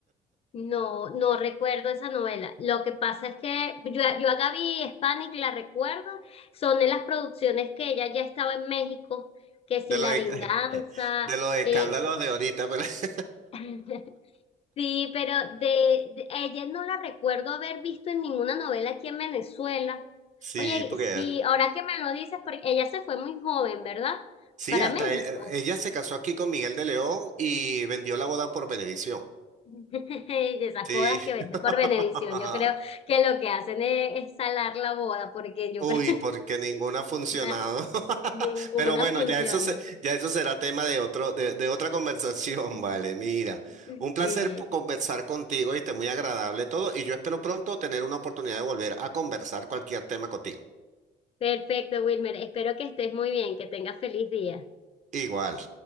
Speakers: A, on the left; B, on the right.
A: No, no recuerdo esa novela. Lo que pasa es que yo, yo a Gaby Spanik la recuerdo, son de las producciones que ella ya estaba en México, que si
B: De
A: La
B: los, e-
A: Venganza,
B: <laughs> de los escándalos
A: eh,
B: de ahorita, pues.
A: <laughs> sí, pero de, de- ella no la recuerdo haber visto en ninguna novela aquí en Venezuela.
B: <laughs> sí,
A: Oye,
B: porque
A: sí, ahora que me lo dices, porque ella se fue muy joven, ¿verdad?
B: Sí,
A: Para
B: hasta
A: México.
B: e- e- ella se casó aquí con Miguel de León y vendió la boda por Venevisión.
A: <laughs> De esas
B: Sí.
A: bodas que venden
B: <laughs>
A: por Venevisión, yo creo que lo que hacen es, es salar la boda, porque yo
B: Uy,
A: creo.
B: porque ninguna ha funcionado.
A: Na-
B: <laughs>
A: ninguna
B: Pero bueno,
A: funciona.
B: ya eso se- ya eso será tema de otro, de, de otra conversación,
A: <laughs>
B: <laughs> vale. Mira, un placer
A: Sí.
B: po- conversar contigo, y muy agradable todo, y yo espero pronto tener una oportunidad de volver a conversar cualquier tema contigo.
A: Perfecto, Wilmer. Espero que estés muy bien, que tengas feliz día.
B: Igual.